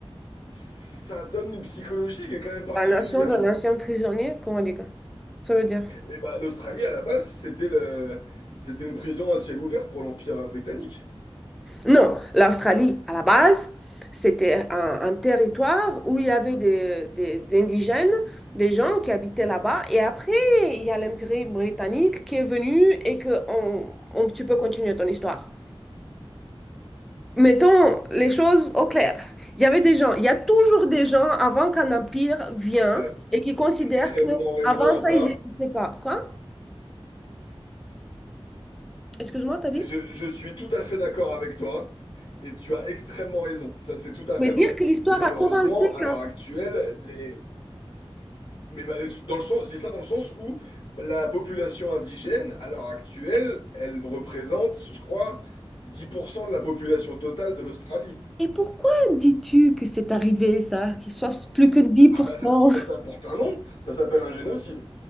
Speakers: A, on the left; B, in the centre.
A: ça donne une psychologie qui est quand même particulière,
B: La nation d'un
A: je pense.
B: ancien prisonnier, comment on dit quoi? Ça veut dire...
A: Et bah, l'Australie, à la base, c'était le... c'était une prison à ciel ouvert pour l'Empire britannique.
B: Non, l'Australie, à la base, c'était un, un territoire où il y avait des, des indigènes, des gens qui habitaient là-bas. Et après, il y a l'Empire britannique qui est venu et que on, on- tu peux continuer ton histoire. Mettons les choses au clair. Il y avait des gens, il y a toujours des gens avant qu'un empire vienne
A: T'as
B: et qui considèrent
A: extrêmement
B: que
A: raison
B: avant ça,
A: à ça.
B: il n'existait pas. Quoi? Excuse-moi, t'as dit?
A: Je, je suis tout à fait d'accord avec toi. Et tu as extrêmement raison, ça c'est tout à
B: Mais
A: fait
B: dire
A: vrai.
B: que l'histoire
A: Mais malheureusement,
B: a commencé
A: à
B: quand
A: l'heure actuelle, les, Mais ma- dans le sens, je dis ça dans le sens où la population indigène, à l'heure actuelle, elle représente, je crois, 10% de la population totale de l'Australie.
B: Et pourquoi dis-tu que c'est arrivé ça, qu'il soit plus que 10%?
A: Ah bah ça, ça, ça porte un nom, ça s'appelle un génocide.